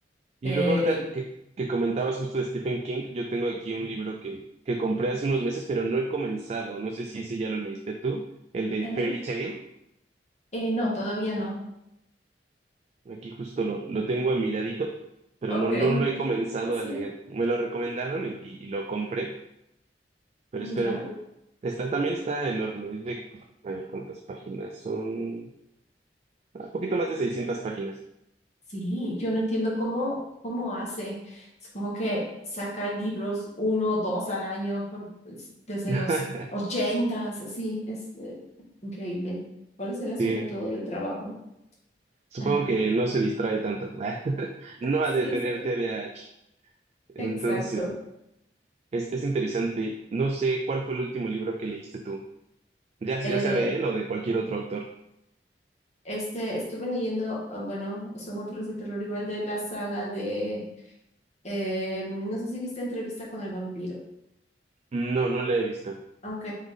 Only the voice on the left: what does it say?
Eh,
ajá.
Eh, no, todavía no.
Ok.
Ah, sí,
ya.
Sí, yo no entiendo cómo, cómo hace. Es como que saca libros uno, dos al año por- es- desde
los ochentas, así, es eh, increíble. ¿Cuál será su
método de trabajo? <laughs>
Ajá.
Sí,
sí,
exacto.
Eh,
este, estuve leyendo, ah, bueno, son otros de terror igual de la saga de, eh, no sé si viste Entrevista con el vampiro.
Ok,